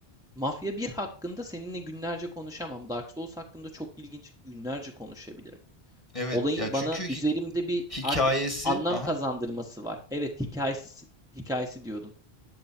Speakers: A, in the centre; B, on the left (about 30°).
A: Mafya 1 hakkında seninle günlerce konuşamam. Dark Souls hakkında çok ilginç günlerce konuşabilirim.
B: evet
A: Olayın
B: ya çünkü
A: bana
B: hik
A: üzerimde bir
B: hikayesi,
A: artık anlam
B: haha.
A: kazandırması var. Evet hikayesi hikayesi diyordun.